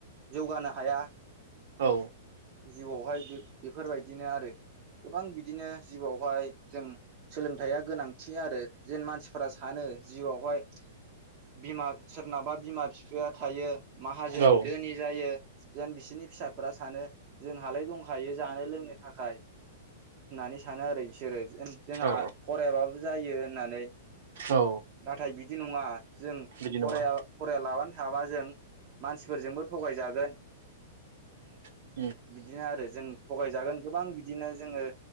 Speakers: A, on the right (about 30°); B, on the right (about 70°).
A: जौगानो हाया ।
B: औ
A: जिउआवहाय बे-बेफोरबायदिनो आरो गोबां बिदिनो जिउआव हाय जों सोलोंथाइया गोनांथि आरो जेन मानसिफोरा सानो जिउआवहाय बिमा सोरनाबा बिमा फिफाया थायो माहाजोन
B: औ
A: धोनि जायो जेन बिसोरनि फिसाफोरा सानो जोंहालाय दंखायो जानो लोंनो थाखाय होनानै सानो आरो बिसोरो जों जोंहा
B: औ
A: फरायाबाबो जायो होननानै
B: औ
A: नाथाय बिदि नङा जों
B: बिदि नङा
A: फराया फरायालाबानो थाबा जों मानसिफोरजोंबो थगायजागोन
B: <inaudible>
A: बिदिनो आरो जों थगायजागोन गोबां बिदिनो जोङो